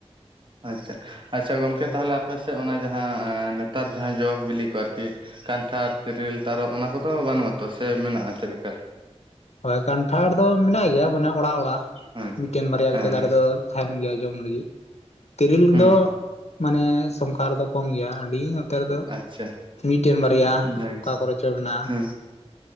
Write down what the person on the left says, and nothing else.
ᱦᱚᱭ ᱠᱟᱱᱴᱷᱟᱲ ᱫᱚ ᱢᱮᱱᱟᱜ ᱜᱮᱭᱟ ᱢᱟᱱᱮ ᱚᱲᱟᱜ-ᱚᱲᱟᱜ
ᱢᱤᱫᱴᱮᱱ ᱵᱟᱨᱭᱟ
ᱠᱟᱛᱮᱜ ᱫᱟᱨᱮ
ᱫᱚ᱾ ᱛᱟᱷᱮᱱ ᱜᱮᱭᱟ ᱡᱚᱢ ᱞᱟᱹᱜᱤᱜ ᱾ ᱛᱤᱨᱤᱞ
ᱫᱚ ᱢᱟᱱᱮ ᱥᱚᱝᱠᱷᱟ ᱨᱮᱫᱚ ᱠᱚᱢ ᱜᱮᱭᱟ ᱟᱹᱰᱤ ᱧᱚ ᱛᱮᱨ ᱫᱚ
ᱢᱤᱜᱴᱮᱱ ᱵᱟᱨᱭᱟ
ᱚᱠᱟ ᱠᱚᱨᱮ ᱪᱚ ᱢᱮᱱᱟᱜᱼᱟ᱾